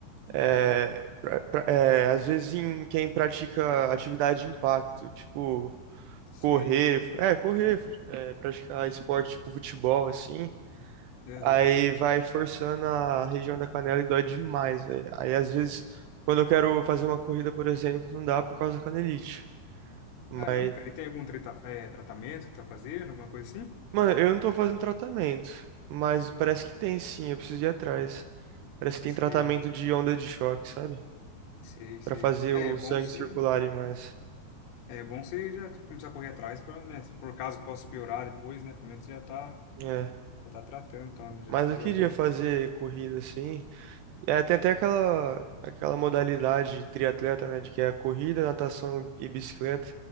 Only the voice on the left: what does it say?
É,
sei.
Aham.
Caramba, cara, e tem algum treta- é, tratamento que tá fazendo, alguma coisa assim?
Sei,
sei, sei.
É,
é bom
você,
é bom você já, tipo, começar a correr atrás pra, né, se for caso que possa piorar depois, né, pelo menos você já tá
Já tá tratando, tá? né? Já
descobriu
agora.